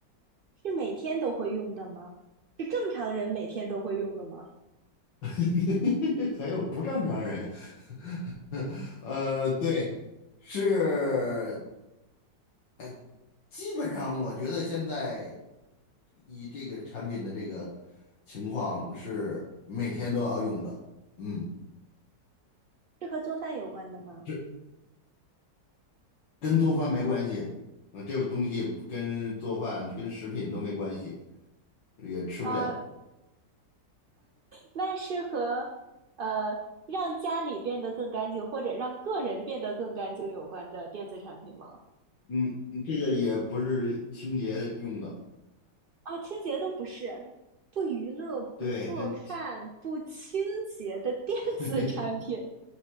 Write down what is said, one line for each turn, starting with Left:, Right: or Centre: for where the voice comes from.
Right: 是每天都会用的吗？是正常人每天都会用的吗？
Left: <laughs> 还有不正常人，<laughs> 呃，对，是，呃，基本上我觉得现在以这个产品的这个情况是每天都要用的，嗯，
Right: 是和做饭有关的吗？
Left: 这跟做饭没关系，啊，这个东西不跟做饭跟食品都没关系，也吃不了，
Right: 啊、那是和呃让家里变得更干净，或者让个人变得更干净有关的电子产品吗？
Left: 嗯，这个也不是清洁用的。
Right: 啊，清洁都不是，不娱乐、
Left: 对，
Right: 不做饭、
Left: 真
Right: 不清洁的电子产品
Left: <laughs>